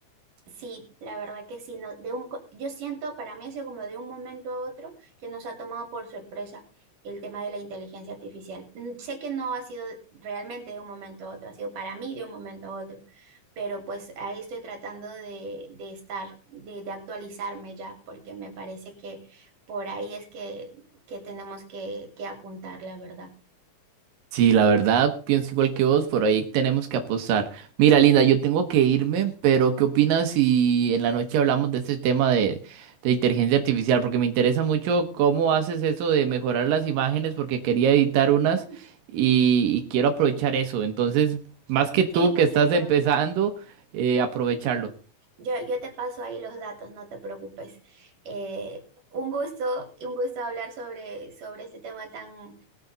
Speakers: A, on the right; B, on the right.
A: Sí, la verdad que sí, no, de un, co- yo siento, para mí ha sido como de un momento a otro que nos ha tomado por sorpresa el tema de la inteligencia artificial. Mm, Sé que no ha sido realmente de un momento a otro, ha sido para mí de un momento a otro, pero pues ahí estoy tratando de, de estar, de, de actualizarme ya, porque me parece que por ahí es que, que tenemos que, que apuntar, la verdad.
B: Sí, la verdad, pienso igual que vos, por ahí tenemos que apostar. Mira, Linda, yo tengo que irme, pero ¿qué
A: Ujú.
B: opinas si en la noche hablamos de este tema de, de inteligencia artificial? Porque me interesa mucho cómo haces eso de mejorar las imágenes, porque quería editar unas
A: <laughs>
B: y, y quiero aprovechar eso. Entonces, más que tú
A: Sí, perfecto.
B: que estás empezando, eh, aprovecharlo.
A: Yo, yo te paso ahí los datos, no te preocupes. Eh, un gusto, un gusto hablar sobre, sobre este tema tan,